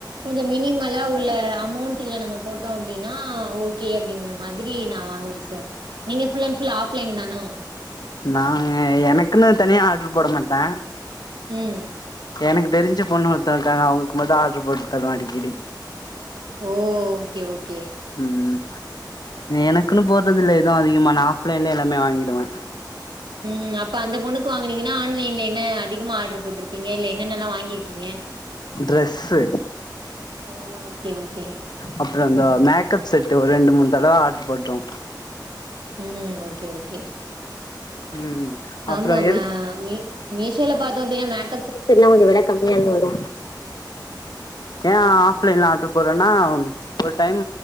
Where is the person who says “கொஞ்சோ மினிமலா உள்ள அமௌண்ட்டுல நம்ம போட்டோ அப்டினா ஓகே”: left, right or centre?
Right